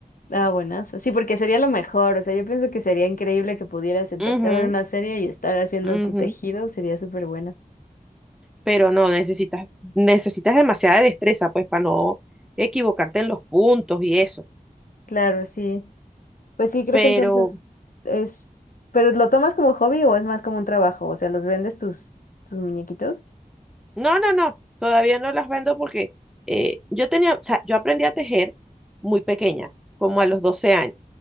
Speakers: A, on the left (about 70°); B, in the centre.
A: ah, buenazo. Sí, porque sería lo mejor. O sea, yo pienso que sería increíble que pudieras sentarte
B: Ujú,
A: a ver una serie y estar haciendo
B: ujú.
A: tu tejido. Sería súper bueno.
B: Pero no, necesitas, necesitas demasiada destreza, pues, para no equivocarte en los puntos y eso.
A: Claro, sí. Pues sí, creo
B: Pero
A: que entonces es, pero ¿lo tomas como hobby o es más como un trabajo? O sea, ¿los vendes tus, tus muñequitos?
B: No, no, no, todavía no las vendo porque eh, yo tenía, o sea, yo aprendí a tejer muy pequeña, como a los 12 años.